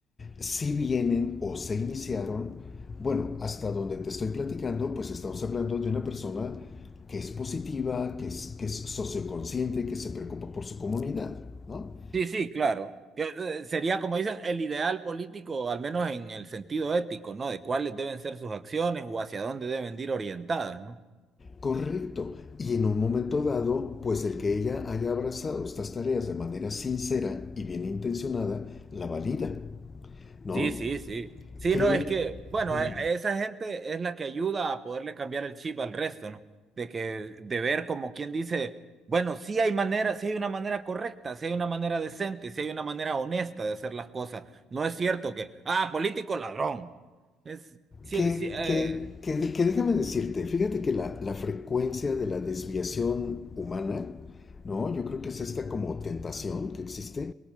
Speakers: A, on the left; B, on the right.
A: si vienen o se iniciaron, bueno, hasta donde te estoy platicando, pues estamos hablando de una persona que es positiva, que es, que es socioconsciente, que se preocupa por su comunidad, ¿no?
B: Sí, sí, claro. Que, eh, sería, como dicen, el ideal político, al menos en el sentido ético, ¿no? De cuáles deben ser sus acciones o hacia dónde deben ir orientadas, ¿no?
A: Correcto. Y en un momento dado, pues el que ella haya abrazado estas tareas de manera sincera y bien intencionada, la valida, ¿no?
B: Sí, sí, sí. Sí,
A: Cree
B: no, es que, bueno,
A: mm,
B: e- e, esa gente es la que ayuda a poderle cambiar el chip al resto, ¿no? De que, de ver como quien dice, bueno, sí hay manera, sí hay una manera correcta, sí hay una manera decente, sí hay una manera honesta de hacer las cosas. No es cierto que, ah, político ladrón. Es, sí,
A: que,
B: sí, eh,
A: que, que, que déjame decirte, fíjate que la, la frecuencia de la desviación humana, ¿no? Yo creo que es esta como tentación que existe.